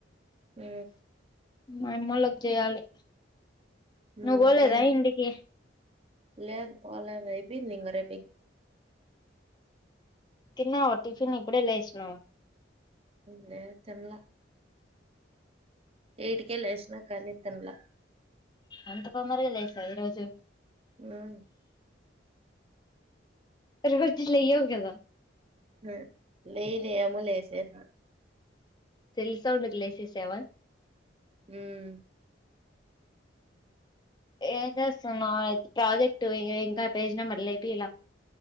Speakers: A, on the right; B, on the left.
A: మ్
B: మమ్మొళ్ళకి చేయాలి
A: ఉమ్,
B: నువ్వు పోలేదా
A: ఇంకేం
B: ఇంటికి
A: లేదు పోలేదు ఐపోయిందింగ రేప్
B: తిన్నావ టిఫిను ఇప్పుడే లేశ్నవ
A: లే తిన్లా ఏటికే లేసిన కనీ తిన్లా
B: అంత తొందరగా లేసా ఈ రోజు
A: ఉమ్
B: రోజు లేయవు కదా
A: లే లేదే ఏమో లేసాను
B: తెల్సు ఔట్ లెసేసావా
A: హుమ్
B: ఏం చేస్తున్నావ్ ప్రాజెక్ట్ ఇంకా పేజీ నెంబర్లు ఏపీయాల